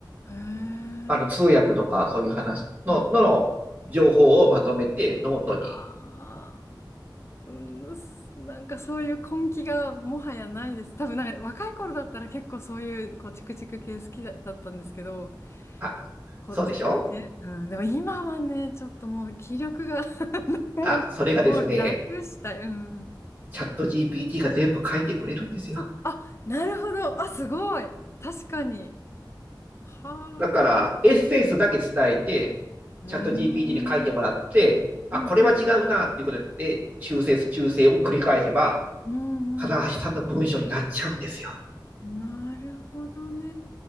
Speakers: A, on the left; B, on the right.
A: へえ。
B: あの、通訳とかそういう話の、
A: うん
B: のの情報をまとめてノートに。
A: ああー、うんすなんかそういう根気がもはやないです。多分なんか若い頃だったら結構そういうこうチクチク系好きだ、だったんですけど、
B: あ、
A: こ、
B: そうでしょ
A: <laughs> こ、うん、でも今はね、ちょっともう気力が <laughs> もうもう楽したい。
B: あ、それがですね、
A: うん。
B: チャット GPT が全部書いてくれるんですよ。
A: そっか、あ、なるほど。あ、すごい。確かに。はあ。
B: だから、エッセンスだけ伝えて、
A: うーん。
B: チャット GPT に書いてもらって、あ、
A: うんうん
B: これは違うなっていうことで修正修正を繰り返せば、
A: うんうんうん
B: 金橋さんの文章になっちゃうんですよ。
A: なるほどね。